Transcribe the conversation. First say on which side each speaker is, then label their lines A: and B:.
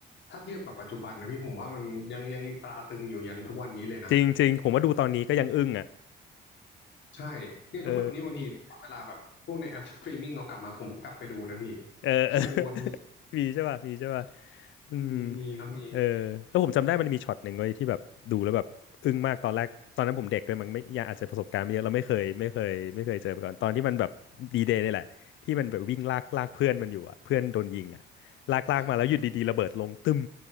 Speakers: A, on the left; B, on the left.
A: ถ้าเทียบกับปัจจุบันนะพี่ผมว่ามันยังยังตราตรึงอยู่ยันทุกวันนี้เลยนะ
B: จริงจริงผมว่าดูตอนนี้ก็ยังอึ้งอ่ะ
A: ใช่เนี่ยทุกวันนี้บางทีถ้าเวลาแบบพวกในแอปสตรีมมิ่งเรากลับมาผมกลับไปดูนะพี่
B: เออ เออ <laughs> เออ
A: <laughs> ยังวนอยู่
B: <laughs> มีใช่ป่ะมีใช่ป่ะอืม
A: มีมีครับมี
B: เออแล้วผมจำได้มันมีช็อตหนึ่งเว้ยที่แบบดูแล้วแบบอึ้งมากตอนแรกตอนนั้นผมเด็กด้วยมันไม่ยังอาจจะประสบการณ์ไม่เยอะเราไม่เคยไม่เคยไม่เคยเจอมาก่อนตอนที่มันแบบดีเดย์นี่แหละที่มันแบบวิ่งลากลากเพื่อนมันอยู่อ่ะเพื่อนโดนยิงอ่ะลากลากมาแล้วอยู่ดีๆระเบิดลงตึม
A: อ่า